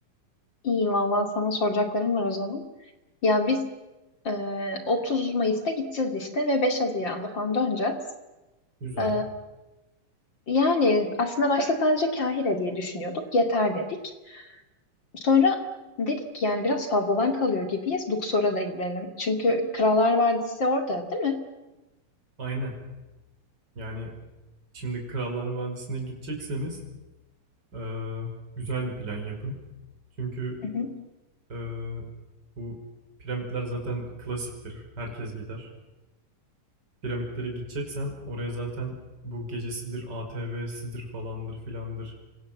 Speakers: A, on the left; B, on the right.
A: iyi Vallahi sana soracaklarım var o zaman. Ya biz e, 30 Mayıs'ta gideceğiz işte ve 5 Haziran'da falan döneceğiz.
B: Güzel.
A: E, yani aslında başta sadece Kahire diye düşünüyorduk. Yeter dedik. Sonra dedik yani biraz fazladan kalıyor gibiyiz. Luxor'a da gidelim. Çünkü Krallar Vadisi orada değil mi?
B: Aynen. Yani şimdi Krallar Vadisi'ne gidecekseniz eee, güzel bir plan yapın. Çünkü
A: Hı hı.
B: Ee, bu piramitler zaten klasiktir. Herkes gider. Piramitlere gideceksen oraya zaten bu gecesidir, ATV'sidir falandır filandır